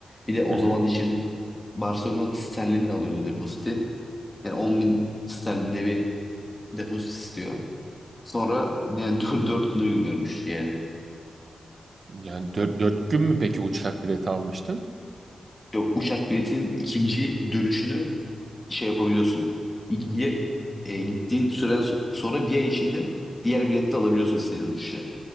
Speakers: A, on the left; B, on the right.
A: Bir de o
B: Hı hı.
A: zaman için Barcelona sterlinle alıyordu depoziti. Yani on bin sterlinde bir depozit istiyor. Sonra yani dört dört gün uygun görmüştü yani.
B: Yani dört, dört gün mü peki uçak bileti almıştın?
A: Yok uçak biletinin ikinci dönüşünü şey yapabiliyorsun. İlgiye e, gittiğin süre sonra bir ay içinde diğer bileti de alabiliyorsun istediğin uçuşa.